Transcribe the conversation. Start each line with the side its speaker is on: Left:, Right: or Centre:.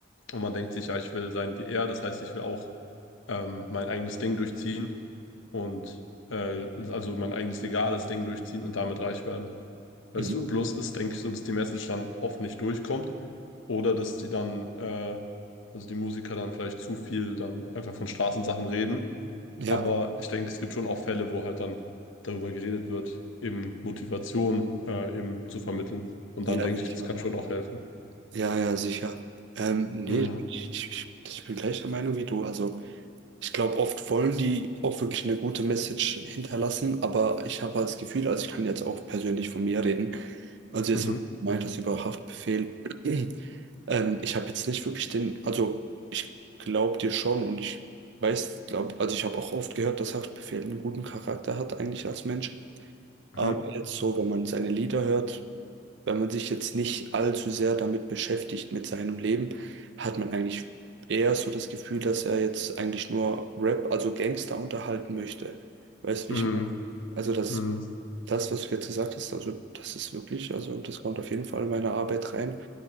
Left: und man denkt sich, ja, ich will sein wie er, das heißt, ich will auch ähm, mein eigenes Ding durchziehen und äh, also mein eigenes legales Ding durchziehen und damit reich werden. Weißt
Right: Mhm.
Left: du, bloß ist, denke ich, so, dass die Message dann oft nicht durchkommt oder dass die dann, äh, also die Musiker dann vielleicht zu viel dann einfach von Straßensachen reden
Right: Ja,
Left: aber ich denke, es gibt schon auch Fälle, wo halt dann darüber geredet wird, eben Motivation äh, eben zu vermitteln. Und
Right: ja,
Left: dann denke
Right: sicher.
Left: ich, das kann schon auch helfen.
Right: Ja, ja, sicher. Ähm, nee,
Left: Mhm.
Right: ich, ich, ich ich bin gleicher Meinung wie du. Also ich glaube, oft wollen die auch wirklich eine gute Message hinterlassen, aber ich habe halt das Gefühl, also ich kann jetzt auch persönlich von mir reden. Also jetzt,
Left: Mhm.
Right: wo du gemeint hast über Haftbefehl, <clears throat> ähm, ich habe jetzt nicht wirklich den, also ich glaube dir schon und ich weiß, glaub, also ich habe auch oft gehört, dass Haftbefehl einen guten Charakter hat eigentlich als Mensch.
Left: Mhm.
Right: Aber jetzt so, wenn man seine Lieder hört, wenn man sich jetzt nicht allzu sehr damit beschäftigt mit seinem Leben, hat man eigentlich eher so das Gefühl, dass er jetzt eigentlich nur Rap, also Gangster unterhalten möchte. Weißt du, wie
Left: Mhm.
Right: ich meine? Also das,
Left: Mhm.
Right: das, was du jetzt gesagt hast, also das ist wirklich, also das kommt auf jeden Fall in meine Arbeit rein,